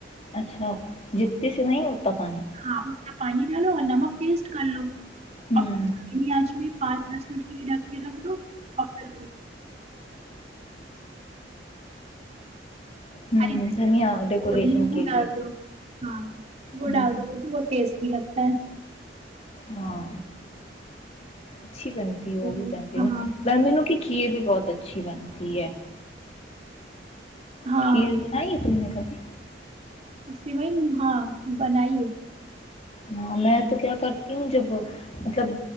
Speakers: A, on the left; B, on the right.
A: اچھا جتتی سے نہیں اتتا پانی
B: ہاں اتنا پانی ڈالو اور نمک ٹیسٹ کر لو
A: ہوں
B: ا آج میں پانچ دس منٹ پہ ہی ڈک کے رکھ دو اور پھر
A: ہوں
B: ہری د
A: دھنیا ڈیکوریشن
B: نمبو
A: کے لیے
B: ڈال دو ہاں وہ
A: ہوں
B: ڈال دو وہ بہت ٹیسٹ لگتا ہھ
A: ہاں اچھی بنتی ہوگی
B: تو
A: ببین
B: ہاں
A: ببیو کی کھیر بھی بہت اچھی بنتی ہے
B: ہاں
A: کھیر بنائی ہے تم نے ابھی
B: اسلی بھائی ہاں بنائیے
A: ہاں میں تو کیا کرتی ہوں جب مطلب